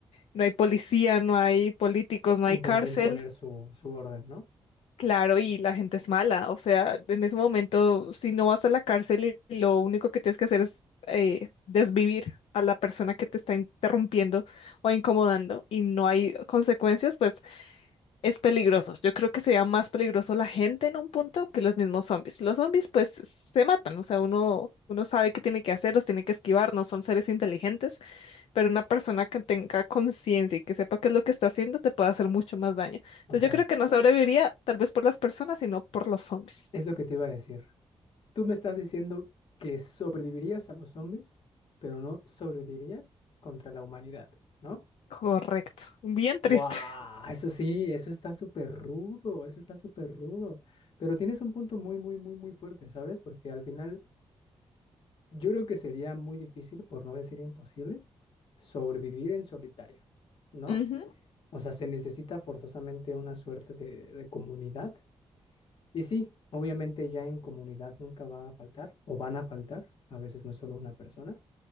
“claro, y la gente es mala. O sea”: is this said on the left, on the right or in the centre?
Left